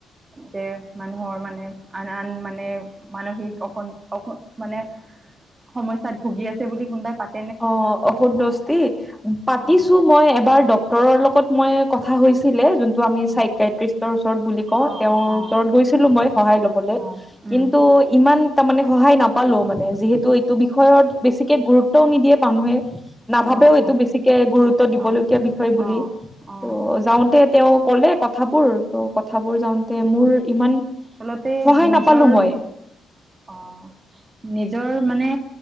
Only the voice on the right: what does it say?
যে মানুহৰ মানে আন আন মানে মানসিক অ অ মানে <unintelligible> তাত ভুগি আছে বুলি কোনোবাই পা <unintelligible>
অ
অ
অ
অ অ
অ উম
অ
অ
অ
অ
অ
আচলতে
নিজৰ
আহ । নিজৰ মানে